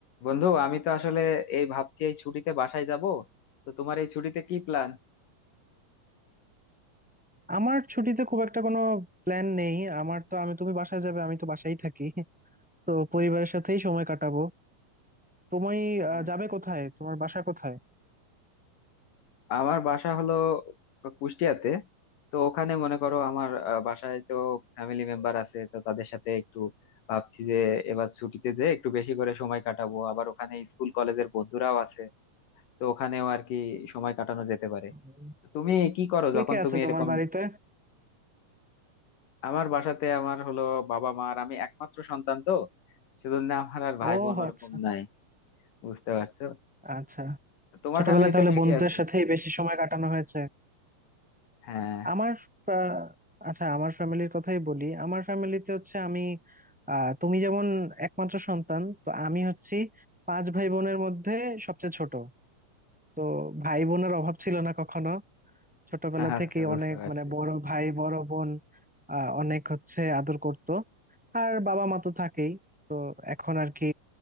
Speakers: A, on the left; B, in the centre.
A: বন্ধু আমি তো আসলে এই ভাবছি এই ছুটিতে বাসায় যাব তো তোমার এই ছুটিতে কি প্ল্যান
B: আমার ছুটিতে খুব একটা কোনো প্ল্যান নেই আমার তো আমি তুমি বাসায় যাবে আমি তো বাসায় থাকি <laughs> তো পরিবারের সাথেই সময় কাটাবো তুমি
A: আচ্ছা
B: আহ, যাবে কোথায় তোমার বাসা কোথায়
A: আমার বাসা হলো কুষ্টিয়াতে তো ওখানে মনে করো আমার আহ, বাসায় তো ফ্যামিলি মেম্বার আছে তো তাদের সাথে একটু ভাবছি যে এবার ছুটিতে যে একটু বেশি করে সময় কাটাবো আবার ওখানে স্কুল কলেজের বন্ধুরাও আছে তো ওখানেও আর কি সময় কাটানো যেতে পারে
B: উম,
A: তো তুমি কি করো
B: কে
A: যখন
B: কে আছে
A: তুমি এরকম
B: তোমার বাড়িতে
A: আমার বাসাতে আমার হলো বাবা মা আর আমি একমাত্র সন্তান তো সেজন্য আমার আর ভাই
B: ও
A: বোন ওরকম
B: আচ্ছা
A: নাই বুঝতে পারছো
B: আচ্ছা
A: তোমার
B: ছোটবেলায়
A: ফ্যামিলিতে
B: তাহলে
A: কে
B: বন্ধুদের
A: কে আছে
B: সাথেই বেশি সময় কাটানো হয়েছে
A: হ্যাঁ
B: আমার আহ, আচ্ছা আমার ফ্যামিলির কথাই বলি আমার ফ্যামিলিতে হচ্ছে আমি আহ তুমি যেমন একমাত্র সন্তান তো আমি হচ্ছি পাঁচ ভাই বোনের মধ্যে সবচেয়ে ছোট তো ভাই বোনের অভাব ছিল না কখনো ছোটবেলা
A: আচ্ছা
B: থেকে
A: বুঝতে
B: অনেক
A: পারছি
B: মানে বড় ভাই বড় বোন আহ, অনেক হচ্ছে আদর করত আর বাবা মা তো থাকেই তো এখন আর কি